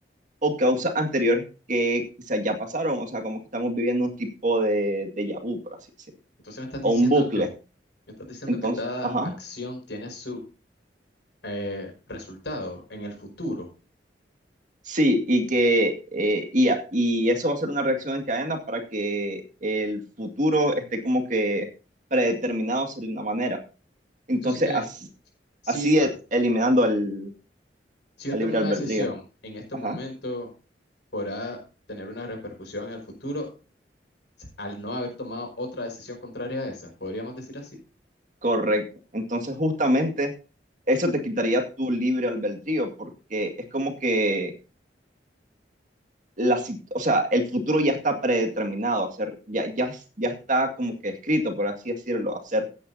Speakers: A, on the right; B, on the left.
A: o causas anteriores que quizás ya pasaron, o sea, como que estamos viviendo un tipo de, de déjà vu, por así decirlo,
B: Entonces me estás diciendo
A: o un bucle.
B: que, me estás diciendo
A: Entonces,
B: que cada
A: ajá,
B: acción tiene su eh, resultado en el futuro.
A: sí, y que eh, y, a- y eso va a ser una reacción en cadena para que el futuro esté como que predeterminado de una manera. Entonces,
B: Entonces quiere
A: así,
B: decir, si
A: así
B: yo, to-
A: e- eliminando el,
B: si yo
A: al
B: tomo
A: libre
B: una
A: albedrío.
B: decisión en este
A: Ajá,
B: momento, podrá tener una repercusión en el futuro al no haber tomado otra decisión contraria a esa. ¿Podríamos decir así?
A: correcto. Entonces, justamente eso te quitaría tu libre albedrío, porque es como que la, sit- o sea, el futuro ya está predeterminado a ser, ya, ya, ya está como que escrito, por así decirlo, a ser.